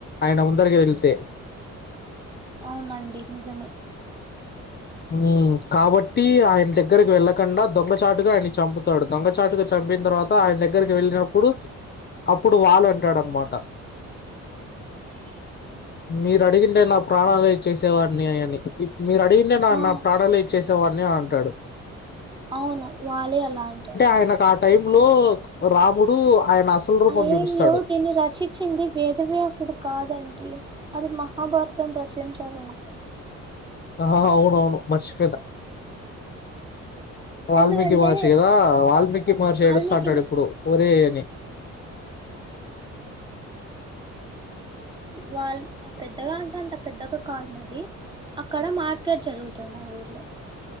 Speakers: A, on the left; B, on the right.
A: ఆయన ముందరికెళ్తే
B: అవునండి నిజమే
A: హ్మ్ కాబట్టి ఆయన దగ్గరకి వెళ్ళకుండా దొంగచాటుగా ఆయ చంపుతాడు దొంగచాటుగా చంపిన తర్వాత ఆయన దగ్గరకి వెళ్ళినప్పుడు అప్పుడు వాలీ అంటాడు అనమాట
B: అ
A: మీరు అడిగింటే నా ప్రాణాలే ఇచ్చేసేవాడిని అని మీరు అడిగింటే నా
B: ఆ
A: నా ప్రాణాలే చేసేవాడిని అని అంటాడు
B: అవును వాలీ అలా అంటారు
A: ఆయన క టైమ్ లో రాముడు ఆయన అసలు రూపం
B: అయ్యాయో
A: చూపిస్తాడు
B: దీని రచీ చ్చింది వేదవ్యాసుడు కాదండి అది మహాభారతం రచించాడు అనుకుంటా
A: ఆ అవునవును మర్చిపోయిన వాల్మీకి
B: ఎందుకంటే
A: మహర్షి కదా వాల్మీకి మహర్షి
B: వాల్మీకి
A: ఏడుస్తాంటాడు
B: మహర్షి
A: ఇప్పుడు ఓరే అని
B: వాల్ ఆ పెద్దగా అంటే అంత పెద్దగా కాదు మరి అక్కడ మార్కెట్ జరుగుతుంది ఆ ఊర్లో